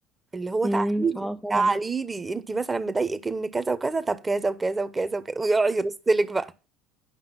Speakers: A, on the right; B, in the centre.
A: اللي هو
B: امم
A: تعاليلي
B: اه طبعا
A: تعاليلي انت مثلا مضايقك ان كذا وكذا طب كذا وكذا وكذا وكذا ويقعد يرسلك بقى